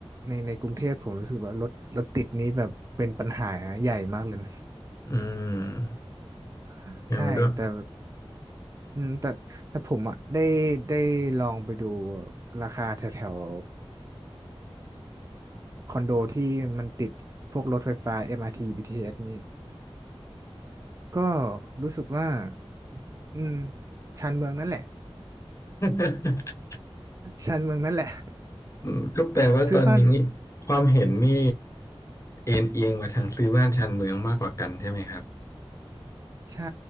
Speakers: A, on the right; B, on the left.
A: ในในกรุงเทพผมรู้สึกว่ารถรถติดนี้แบบเป็นปัญหาใหญ่มากเลยนะ
B: อืม
A: <laughs>
B: งั้นก็
A: ใช่แต่อืมแต่แต่ผมอ่ะได้ได้ลองไปดูราคาแถวแถวคอนโดที่มันติดพวกรถไฟฟ้า MRT BTS นี่ก็รู้สึกว่าอืมชานเมืองนั่นแหละ
B: <laughs>
A: <laughs> ชานเมืองนั่นแหละ
B: อืมก็แปลว่าตอนนี้
A: <laughs> ซื้อบ้าน
B: ความเห็นนี่เอ็นเอียงมาทางซื้อบ้านชานเมืองมากกว่ากันใช่ไหมครับ
A: ใช่